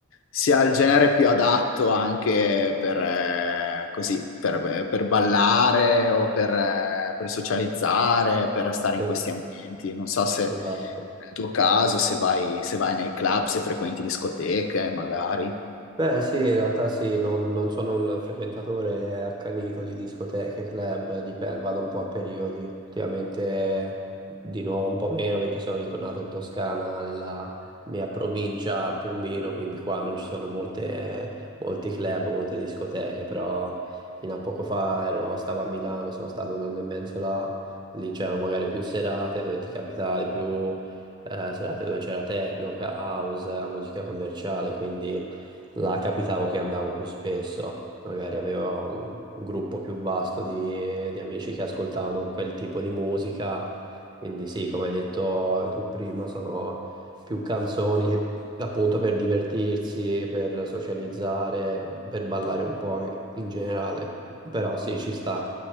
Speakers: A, on the left; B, on the right.
A: sia il genere più adatto anche per, eh, così, per, per ballare o per, eh, per socializzare, per stare
B: Sì,
A: in questi ambienti. Non so se
B: esatto.
A: nel tuo caso, se vai, se vai nei club, se frequenti discoteche, magari.
B: Beh, sì, in realtà sì, non, non sono un frequentatore accanito di discoteche, club, dipende, vado un po' a periodi. Ultimamente di nuovo un po' meno perché sono ritornato in Toscana, nella mia provincia a Piombino, quindi qua non ci sono molte, molti club, molte discoteche, però fino a poco fa ero- stavo a Milano, sono stato un anno e mezzo là, lì c'erano magari più serate dove ti capitavi più eh, serate dove c'era techno, house, musica commerciale, quindi... Là capitavo che andavo più spesso, magari avevo un un gruppo più vasto di, di amici che ascoltavano quel tipo di musica, quindi sì, come hai detto tu prima, sono più canzoni che- appunto per divertirsi, per socializzare, per ballare un po' in generale, però sì, ci sta.